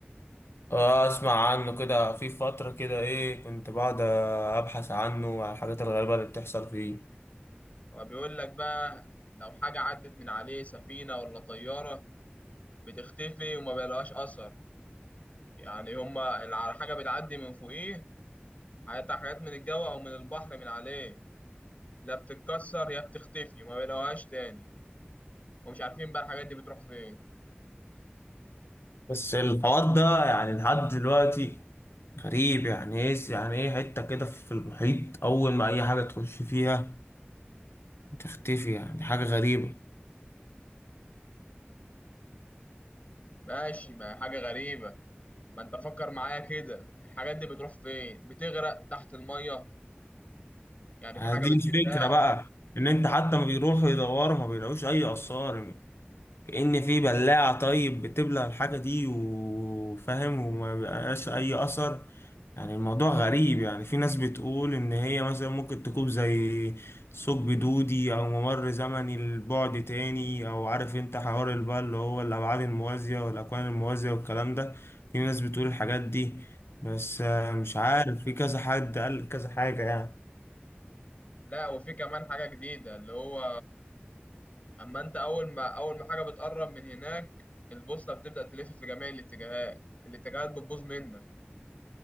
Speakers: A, on the left; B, on the left.
A: اه اسمع عنه كده في فترة كده ايه كنت بقعد ابحث عنه وعن الحاجات الغريبة اللي بتحصل فيه
B: هو بيقول لك بقى لو حاجه عدت من عليه سفينه ولا طياره بتختفي وما بيلاقاش اثر يعني هما الع- الحاجه بتعدي من فوقيه هيطلع حاجات من الجو او من البحر من عليه لا بتتكسر يا بتختفي ما بيلاقوهاش تاني ومش عارفين بقى الحاجات دي بتروح فين
A: بس الحوار ده يعني لحد دلوقتي غريب يعني ايه يعني ايه حتة كده في المحيط اول ما اي حاجة تخش فيها تختفي يعني حاجة غريبة
B: ماشي ما هي حاجة غريبة ما انت فكر معايا كده الحاجات دي بتروح فين بتغرق تحت المية يعني
A: يعني
B: في حاجة
A: دي
B: بتشدها
A: الفكرة بقى ان انت حتى ما بيروحوا يدوروا ما بيلاقوش اي اثار كأن في بلاعة طيب بتبلع الحاجة دي وفاهم وما بيبقاش أي أثر يعني الموضوع غريب يعني في ناس بتقول إن هي مثلا ممكن تكون زي ثقب دودي أو ممر زمني لبعد تاني أو عارف أنت حوار اللي بقى اللي هو الأبعاد الموازية والأكوان الموازية والكلام ده في ناس بتقول الحاجات دي بس آه،
B: آه.
A: مش عارف في كذا حد قال كذا حاجة يعني
B: لا وفي كمان حاجة جديدة اللي هو اما انت اول ما اول ما حاجة بتقرب من هناك البوصلة بتبدأ تلف في جميع الاتجاهات الاتجاهات بتبوظ منك